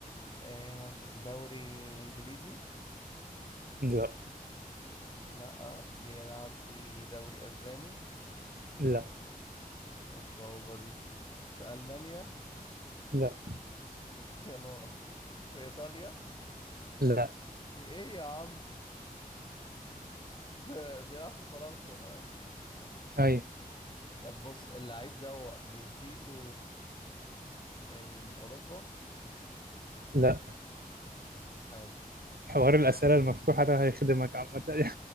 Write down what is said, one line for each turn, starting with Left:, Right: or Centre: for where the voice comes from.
Left: ايه مثلا دوري انجليزي
Right: لا
Left: لا بيلعب في دوري اسباني
Right: لا
Left: ايه الصعوبة دي في المانيا
Right: لا
Left: <laughs> يا نهار أبيض. في ايطاليا
Right: لا
Left: ايه يا عم <laughs> بيلعب في فرنسا بقى اكيد ماشي
Right: أي
Left: طب بص اللعيب ده هو جنسيته من أوروبا
Right: لا
Left: حلو
Right: حوار الأسئلة المفتوحة ده هيخدمك عامة يعني.